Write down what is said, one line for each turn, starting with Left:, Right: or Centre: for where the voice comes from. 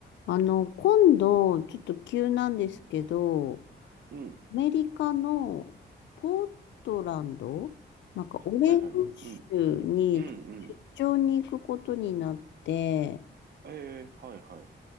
Left: あの、今度、ちょっと急なんですけど、
Right: うん。
Left: アメリカのポートランド、なんかオレゴン州に出張に行くことになって、
Right: はいはい。うん。うんうん。ええはいは